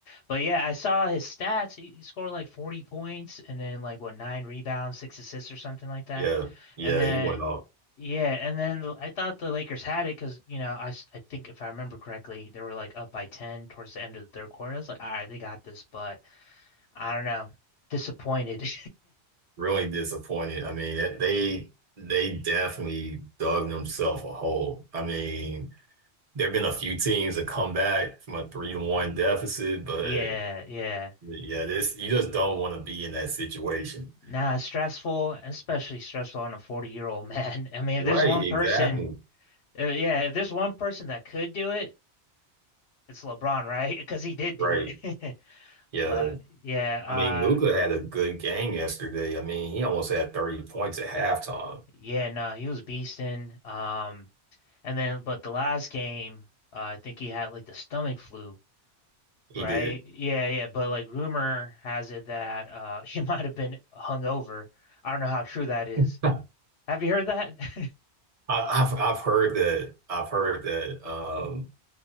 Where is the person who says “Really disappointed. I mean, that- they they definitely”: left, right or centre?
Right